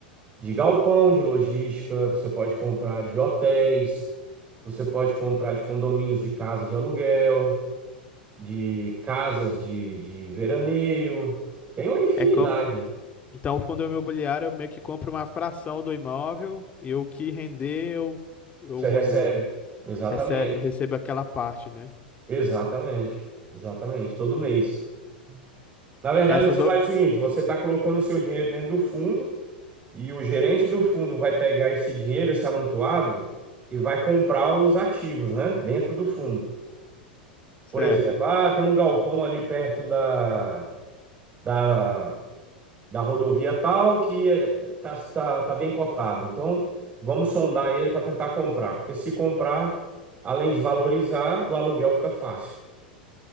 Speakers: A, on the right (about 25°); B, on the left (about 25°).
A: de galpão, de logística, você pode comprar de hotéis, você pode comprar de condomínios de casa de aluguel, de casas de, de veraneio. Tem uma infinidade.
B: É como. Então, o fundo imobiliário, eu meio que compro uma fração do imóvel e o que render, eu, eu
A: Você recebe. Exatamente.
B: rece- recebo aquela parte, né?
A: Exatamente. Exatamente. Todo mês. Na verdade,
B: Essas.
A: você
B: o-
A: faz o seguinte: você está colocando o seu dinheiro dentro do fundo e o gerente do fundo vai pegar esse dinheiro, esse amontoado, e vai comprar os ativos, né? Dentro do fundo.
B: Certo.
A: Por exemplo, ah, tem um galpão ali perto da, da, da rodovia tal que está tá, tá tá bem cotado. Então, vamos sondar ele para tentar comprar, porque se comprar, além de valorizar, o aluguel fica fácil.